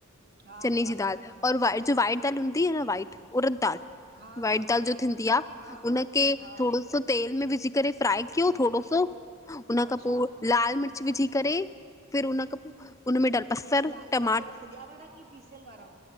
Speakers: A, on the right; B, on the left.
A: हा
B: चने
A: हा
B: जी दाल और व जो वाइट दाल हूंदी आ न वाइट उरददाल
A: हा
B: वाइट
A: हा
B: दाल जो थींदी आ,
A: हा
B: उनखे
A: हा हा
B: थोडो सो तेल में विझी करे फ्राए क्यूं थोड़ो सो हुन खां
A: अच्छा
B: पो लाल मिर्च विझी करे फिर उन खां पो हुनमें डलबसर
A: लाल मिर्च
B: टमाट
A: कहिड़ा सॼा वारा की पीसियल वारा